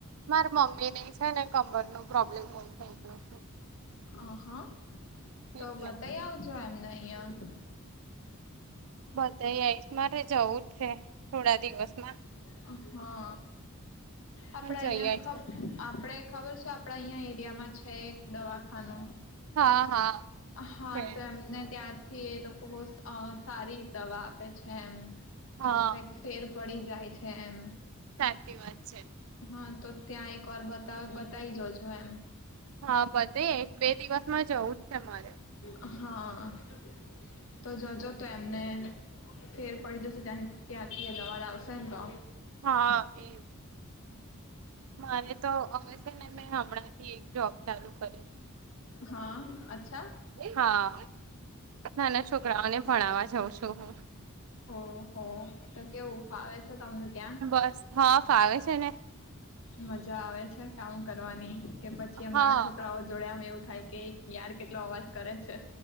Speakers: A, on the right (about 70°); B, on the left (about 65°).
A: મારે મમ્મી નહ છે ને કમર નું પ્રોબ્લેમ બ થઈ ગયો છે
B: આહા તો
A: એટલે
B: બતાય આવજો એમને અહિયાં <unintelligible>
A: બધા આઈશ મારે જવું જ છે થોડા દિવસમાં
B: હા આપડે
A: પણ જઈ
B: અહિયાં
A: આવીશું
B: આપડે ખબર છે આપણા અહીંયા એરિયામાં છે એક દવાખાનું
A: હા હા
B: હા
A: છે
B: તો એમને ત્યાં થી એ લોકો બહ સારી દવા આપે છે એમ
A: હા
B: ત ફેર પડી જાય છે એમ
A: સાચી વાત છે
B: હા તો ત્યાં એક વાર બતા બતાવી જજો એમ
A: હા બધ એક બે દિવસ માં જવું જ છે મારે
B: હા તો જોજો તો એમને ફેર પડી જશે ત્યાની ત્યાં એ દવાળ આવશે ને તો
A: હા એ મારે તો હવે છે ને મે હમણાં થી એક જોબ ચાલુ કરી
B: હા અચ્છા
A: હા નાના છોકરાઓને ભણાવવા જઉં છું હું
B: ઓહ તો કેવું ફાવે છે તમને ત્યાં
A: બસ હા ફાવે છે ને
B: મજા આવે છે કામ કરવાની કે પછી
A: હા
B: એમ નાના છોકરાઓ જોડે એમ એવું થાય કે યાર કેટલો અવાજ કરે છે